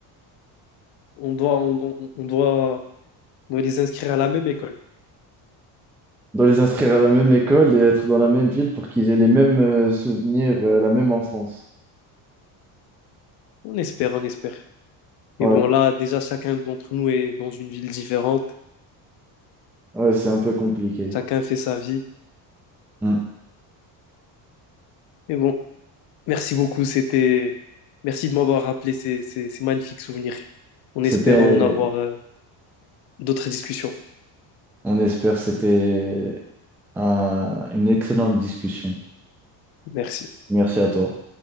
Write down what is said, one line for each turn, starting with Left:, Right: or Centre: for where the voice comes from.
Left: On doit, on, on- on doit, on doit les inscrire à la même école.
Centre: De les inscrire à la même école et être dans la même ville pour qu'ils aient les mêmes euh, souvenirs, euh, la même enfance.
Left: On espère, on espère. Et
Centre: Ouais,
Left: bon, là, déjà, chacun d'entre nous est dans une ville différente.
Centre: ouais, c'est un peu compliqué.
Left: Chacun fait sa vie.
Centre: Mm.
Left: Et bon, merci beaucoup. C'était, merci de m'avoir rappelé ces, ces, ces magnifiques souvenirs. En
Centre: C'était,
Left: espérant en avoir euh, d'autres discussions.
Centre: on espère, c'était un- une excellente discussion.
Left: Merci.
Centre: Merci à toi.